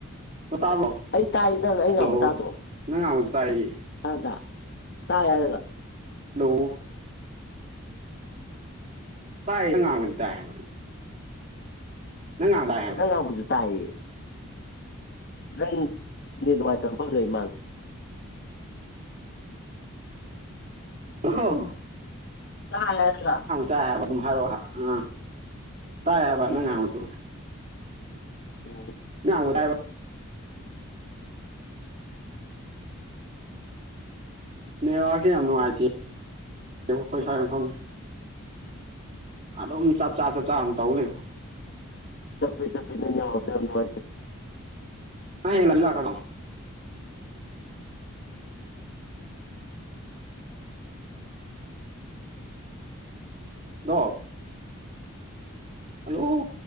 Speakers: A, on the right; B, on the left.
A: ꯍꯣ ꯇꯥꯕ꯭ꯔꯣ
B: ꯑꯩ ꯇꯥꯏ ꯅꯪ ꯑꯩꯅ
A: ꯍꯜꯂꯣ
B: ꯉꯥꯡꯕ ꯇꯥꯗ꯭ꯔꯣ
A: ꯅꯪ ꯉꯥꯡꯕꯁꯨ ꯇꯥꯏꯌꯦ
B: ꯁꯃꯥꯟꯗ ꯇꯥꯏ ꯍꯥꯏꯔꯒ
A: ꯂꯣ ꯇꯥꯏꯌꯦ ꯅꯪꯅ ꯉꯥꯡꯕꯗꯤ ꯇꯥꯏ ꯍꯥꯏꯕ ꯅꯪ ꯉꯥꯡꯕ ꯇꯥꯏ
B: ꯅꯪ ꯉꯥꯡꯕꯁꯨꯨ ꯇꯥꯏꯌꯦ꯫ ꯅꯪ ꯅꯦꯇ ꯅꯨꯡꯉꯥꯏꯇ ꯃꯐꯝꯗ ꯂꯩꯃꯥꯜꯂꯦ꯫
A: <unintelligible> ꯍꯣ
B: ꯇꯥꯏ ꯍꯥꯏꯔꯒ
A: ꯇꯥꯏ ꯍꯥꯏꯕ ꯑꯗꯨꯝ ꯍꯥꯏꯔꯛꯑꯣ ꯑ ꯇꯥꯏ ꯍꯥꯏꯕ
B: ꯁꯤ
A: ꯅꯪ ꯉꯥꯡꯕꯁꯨ
B: ꯑꯣ
A: ꯅꯪ ꯉꯥꯡꯕ ꯇꯥꯏꯌꯦꯕ ꯅꯦꯠꯋꯥꯔꯛꯁꯦ ꯌꯥꯝ ꯅꯨꯡꯉꯥꯏꯇꯦ ꯑꯩꯈꯣꯏ ꯁ꯭ꯋꯥꯏ ꯃꯐꯝꯁꯦ꯫ ꯑꯗꯨꯝ ꯆꯞ ꯆꯥ ꯆꯞ ꯆꯥ ꯑꯗꯨꯝ ꯇꯧ ꯂꯩ꯫
B: ꯆꯞꯄꯤ ꯆꯞꯄꯤ ꯅꯩ ꯅꯦꯠꯋꯥꯛꯇꯨ ꯌꯥꯝ ꯅꯨꯡꯉꯥꯏꯇꯦ꯫
A: ꯅꯪ ꯍꯌꯦꯡ ꯂꯥꯛꯇꯤ ꯂꯥꯛꯀꯗ꯭ꯔꯣ? ꯗꯣꯕ ꯍꯜꯂꯣ